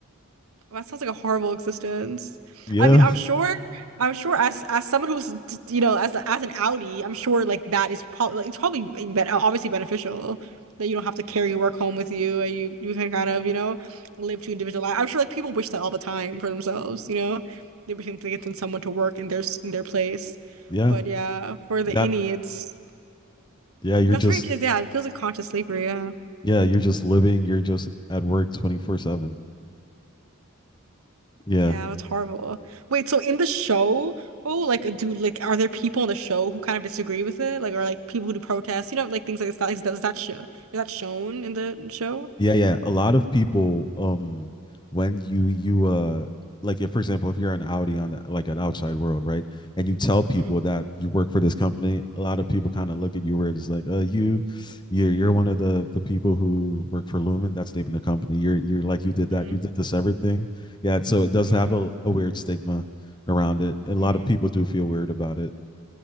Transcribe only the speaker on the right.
That sounds like a horrible existence.
I mean, I'm sure, I'm sure as as someone who's d- you know as as an Audi, I'm sure like that is probably like, it's probably being ben- obviously beneficial that you don't have to carry your work home with you and you you can kind of you know live two individual life. I'm sure like people wish that all the time for themselves. You know, they wish they could send someone to work in their s- in their place.
But yeah, for
the innie, it's
that's
very interesting. Yeah, it feels like conscious slavery. Yeah.
Yeah, that's horrible. Wait, so in the show, oh, like do like are there people in the show who kind of disagree with it? Like are like people who do protests, you know, like things like that. Is that, is that show is that shown in the show?
mm
mm
mm
mm.